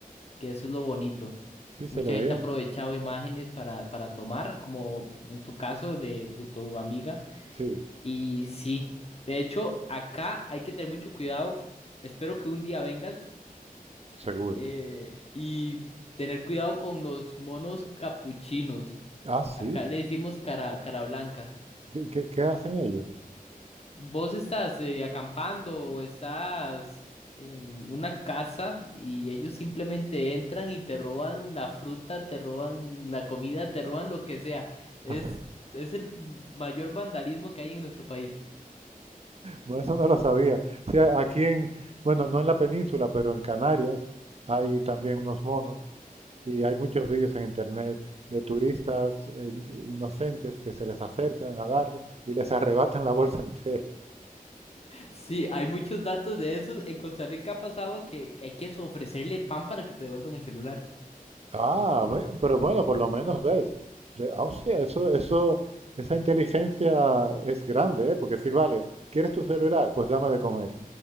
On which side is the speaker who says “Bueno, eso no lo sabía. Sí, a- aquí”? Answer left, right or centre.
Right